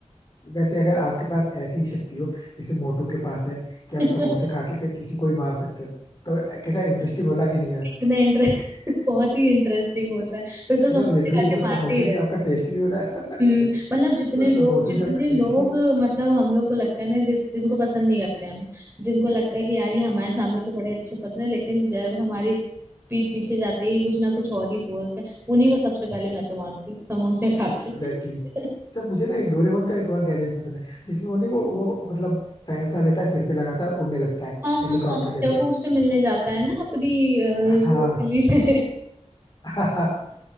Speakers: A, on the left (about 35°); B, on the right (about 20°).
A: वैसे अगर आपके पास ऐसी ही शक्ति हो जैसे मोटू के पास है कि आप
B: <laughs>
A: समोसे खा के फिर किसी को ही मार सकते हो तो कैसा इंटरेस्टिंग होता कि नहीं यार
B: इतना इंटरेस्ट <laughs> बहुत ही इंटरेस्टिंग होता है फिर तो समोसे
A: मतलब लिटरली
B: खा
A: एक
B: के
A: तो समोसे
B: मारते ही
A: से
B: रहते
A: आपका
B: हैं।
A: टेस्ट भी हो जाएगा <laughs>
B: हम्म, मतलब
A: मतलब
B: जितने लोग
A: समोसे
B: जितने
A: से आपका
B: लोग
A: टेस्ट भी
B: मतलब हम लोग को लगता है ना जि, जिनको पसंद नहीं करते हम जिनको लगता है कि यार ये हमारे सामने तो बड़े अच्छे पढ़ रहे हैं लेकिन जब हमारी पीठ पीछे जाते ही कुछ ना कुछ और ही बोलते हैं उन्हीं को सबसे पहले मैं तो मारती समोसे खा
A: Exactly
B: के <laughs>
A: exactly. अच्छा मुझे ना एक डोरेमोन का एक और गैजेट पसंद है जिसमें उन्हें वो वो मतलब फैन सा लेता है सिर पे लगाता है और उड़ने लगता है
B: हाँ
A: हेलीकॉप्टर
B: हाँ हाँ
A: जैसे
B: जब वो उससे मिलने जाता है ना अपनी अ,
A: हाँ
B: वो बिल्ली से
A: <laughs> हाँ